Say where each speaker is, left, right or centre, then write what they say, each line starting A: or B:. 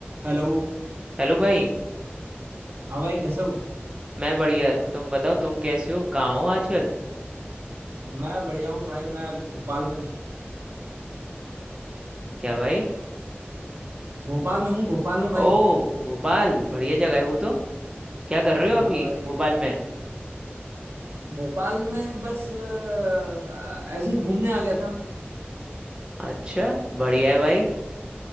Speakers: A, on the right; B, on the right.
A: Hello
B: Hello भाई
A: हाँ भाई कैसे हो
B: मैं बढ़िया तुम बताओ तुम कैसे हो कहाँ हो आजकल
A: मैं बढ़िया हूँ भाई मैं अभी भोपाल में हूँ
B: क्या भाई
A: भोपाल में हूँ भोपाल में भाई
B: ओ भोपाल बढ़िया जगह है वो तो क्या कर रहे
A: हाँ
B: हो अभी
A: भाई
B: भोपाल में
A: भोपाल में बस अ, ऐसे ही घूमने आ गया था
B: अच्छा बढ़िया है भाई